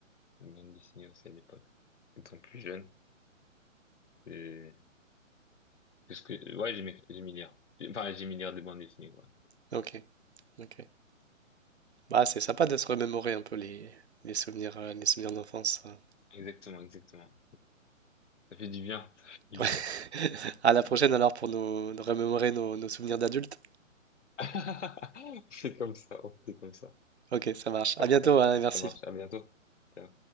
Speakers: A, on the left (about 60°); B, on the right (about 55°).
A: Les bandes dessinées aussi à l'époque. Étant plus jeune. Et... Parce que, ouais, j'aimais, j'aimais lire. Enfin, j'aimais lire des bandes dessinées, quoi.
B: Ok, ok. Bah c'est sympa de se remémorer un peu les, les souvenirs euh, les souvenirs d'enfance. hein.
A: Exactement, exactement. Ça fait du bien, ça fait du
B: Ouais.
A: bien.
B: <laughs> À la
A: Voilà.
B: prochaine alors pour nous, nous remémorer nos, nos souvenirs d'adultes.
A: <laughs> On fait comme ça, on fait comme ça.
B: Ok, ça marche.
A: Parfait.
B: À bientôt, hein, et merci.
A: Ça marche. À bientôt. Ciao.